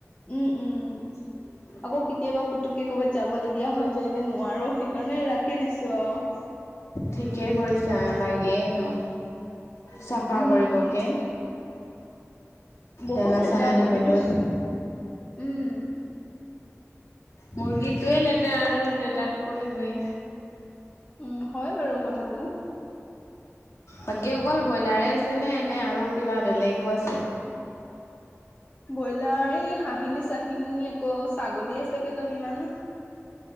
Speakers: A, on the left (about 25°); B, on the left (about 70°).
A: উম উম।
B: উম <unintelligible>
A: আকৌ কেতিয়াবা পুতুককে ক'ৰবাত যাব লগীয়া হৈ যায় যে নোৱাৰো সেইকাৰণে ৰাখি দিছো আৰু।
B: ঠিকেই কৰিছা লাগে এনেও। চাফা
A: উম
B: কৰিবকে
A: বহুত
B: দানা
A: লেতেৰা
B: চানা
A: কৰিতো
B: দিবলৈ
A: উম।
B: মুৰ্গীটোৱে লেতেৰা আৰু লেতেৰাটো কৰিবই।
A: উম হয় বাৰু কথাটো।
B: বাকী অকল ব্ৰইলাৰে আছে নে এনে আৰু কিবা বেলেগো আছে?
A: ব্ৰইলাৰ এই হাঁহিনী চাহিনী আকৌ ছাগলী আছে কেইজনীমান।